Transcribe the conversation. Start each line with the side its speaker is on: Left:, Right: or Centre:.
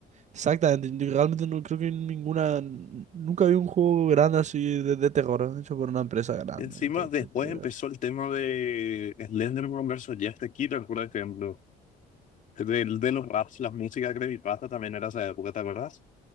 Right: Exactamente, yo realmente no creo que ninguna, nunca vi un juego grande así de, de terror hecho por una empresa grande.
Left: Encima,
Right: te-
Left: después
Right: te- te voy
Left: empezó
Right: a decir.
Left: el tema de Slenderman versus Jeff the Killer, por ejemplo De, de los raps, las músicas de Creepypasta también era esa época, ¿te acuerdas?